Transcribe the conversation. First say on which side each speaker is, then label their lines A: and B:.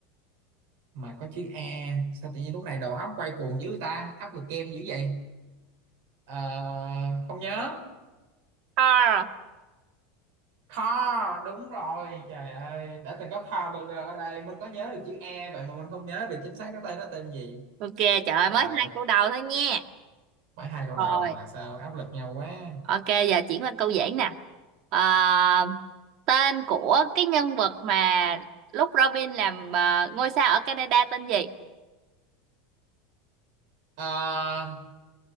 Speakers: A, on the right; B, on the right.
A: mà có chữ E sao tự nhiên lúc này đầu óc quay cuồng dữ ta áp lực kem dữ vậy Ờ, không nhớ
B: Carl
A: car đúng rồi trời ơi đã từng có car burger ở đây mình có nhớ được chữ E vậy mà mình không nhớ được chính xác cái tên nó tên gì
B: ok trời ơi,
A: trời
B: mới hai câu đầu thôi nha
A: mấy hai câu
B: rồi
A: đầu mà sao áp lực nhau quá
B: ok giờ chuyển qua câu dễ nè Ờ, tên của cái nhân vật mà lúc Robin làm ờ, ngôi sao ở Canada tên gì
A: à,